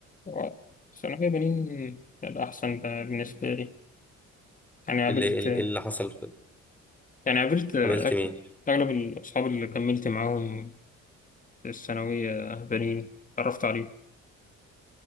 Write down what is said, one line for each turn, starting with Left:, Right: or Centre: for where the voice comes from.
Left: آه، ثانوية بنين الأحسن بالنسبة لي يعني قابلت
Centre: إيه اللي إيه اللي إيه اللي حصل؟ في-
Left: يعني قابلت أغ-
Centre: قابلت مين؟
Left: أغلب الأصحاب اللي كملت معاهم في الثانوية بنين اتعرفت عليهم